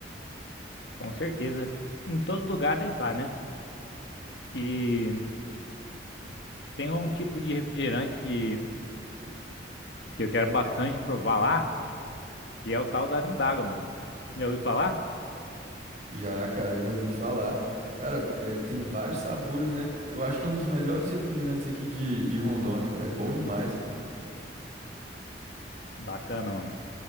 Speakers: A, on the left (about 65°); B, on the right (about 40°).
A: Com certeza. Em todo lugar deve estar, né? E tem um tipo de refrigerante que, que eu quero bastante provar lá, que é o tal da Arindágua, mano. Já ouviu falar?
B: Já, cara, já ouvi falar. Cara, é, tem vários sabores, né? Eu acho que é um dos melhores refrigerantes aqui de, de Rondônia, cara. É bom demais.
A: Bacana, mano.